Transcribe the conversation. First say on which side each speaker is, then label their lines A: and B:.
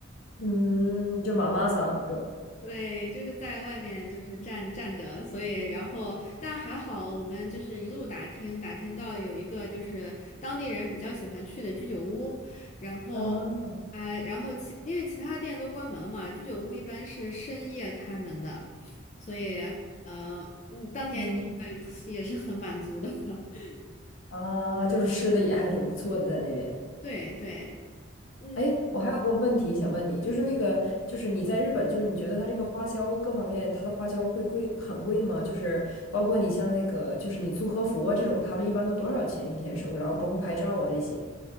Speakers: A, on the left (about 85°); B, on the left (about 35°).
A: 嗯，就妈妈桑那种。
B: 对，就是在外面就是站站着，所以然后但还好，我们就是一路打听打听到有一个就是当地人比较喜欢去的居酒屋，然后
A: 啊，
B: 啊、然后其因为其他的店都关门了嘛，居酒屋一般是深夜开门的，所以呃嗯，当天吃的也是很满足的，
A: 嗯
B: <laughs>
A: 啊，就是吃的也还挺不错的，在那边。
B: 对对。嗯。
A: 哎，我还有个问题想问你，就是那个，就是你在日本，就是你觉得它这个花销各方面，它的花销会贵很贵吗？就是包括你像那个，就是你租和服啊这种，他们一般都多少钱一天收？然后包括拍照啊这些。